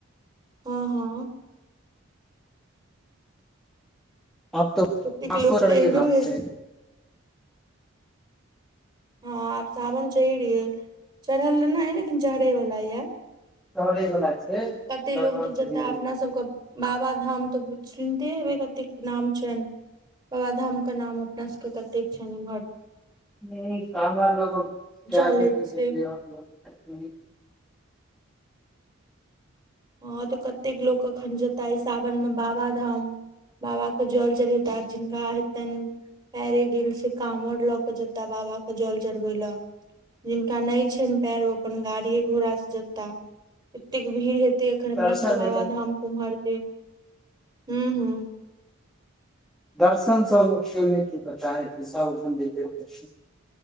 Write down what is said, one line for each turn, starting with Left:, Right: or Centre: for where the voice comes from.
Right: हँ, हँ।
Centre: आब तऽ
Right: कतेक
Centre: बड़ चढ़ि
Right: लोक तऽ एहनो
Centre: गेल।
Right: हे हँ, आब सावन चढ़ि गेलै, चढ़ल हन नहि, मुदा चढ़ै वाला छै।
Centre: चढ़ै बला छै
Right: कते
Centre: लगभग
Right: लोक तऽ जेताह
Centre: ढेर।
Right: अपना सभकेँ। बाबा धाम तऽ सुनते हेबै, कतेक नाम छनि। बाबा धामके नाम अपना सभकेँ कतेक छै इम्हर?
Centre: नहि, काँवर लऽ कऽ
Right: चलैत
Centre: कतेक
Right: से
Centre: बेर।
Right: हँ तऽ कतेक लोक एखन जेता ई सावनमे बाबाधाम। बाबाके जल चढ़ेताह, जिनका होइत छनि। पैरे गेल छै, काँवर लऽ कऽ जेता बाबा के जल चढ़ेबऽ लेल। जिनका नहि छनि पैर, ओ अपन गाड़ी घोड़ासँ जेताह। एतेक भीड़ हेत। एखन हमरा
Centre: दर्शन
Right: सभकेँ बाबा
Centre: लेकिन
Right: धाम घूमऽ दै हू हँ।
Centre: दर्शन सभ मुख होइत छै।